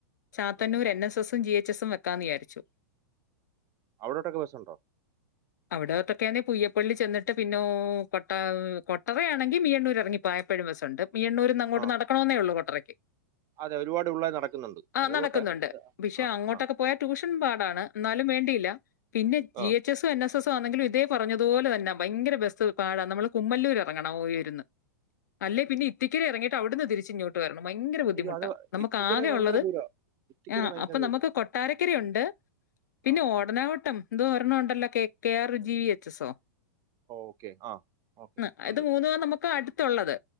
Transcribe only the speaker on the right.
ഉം.
അവിടോട്ടൊക്കെ ബെസുണ്ടോ?
ആ
അതെ ഒരുപാട് പിള്ളേർ നടക്കുന്നുണ്ട്
അത്
പോട്ടെ
ആ
ആ
ആ
അയ്യോ അത്
ഇത്തിക്കര
ഭയങ്കര
ദൂരം ഇത്തിക്കര
ഭയങ്കര
ദൂരം
ആ
ഓക്കെ ആ ഓക്കെ
ഉണ്ട്